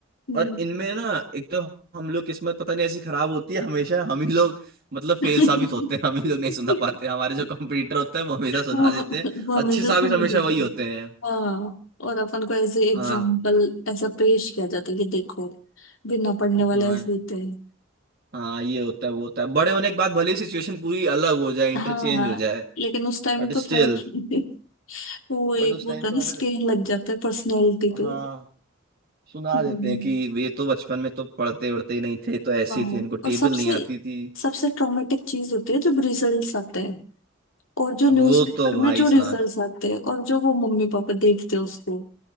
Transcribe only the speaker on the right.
और इनमें ना एक तो हम लोग किस्मत पता नहीं ऐसी खराब होती है हमेशा हम ही लोग मतलब
फेल साबित होते हैं हम ही लोग नहीं सुना पाते हमारे जो कंपटीटर होते हैं वो हमेशा सुना
देते हैं
अच्छे
साबित
हमेशा
वही
होते हैं
हाँ
हाँ
हाँ ये होता है वो होता है बड़े होने के बाद भले ही सिचुएशन पूरी अलग हो जाए इंटरचेंज
हो जाए
बट
स्टिल
बट उस
टाइम
तो
हमें
हाँ सुना
देते हैं कि ये तो बचपन में तो पढ़ते वढ़ते ही नहीं थे तो ऐसे
ही थे इनको टेबल
नहीं आती थी
वो तो भाई
साहब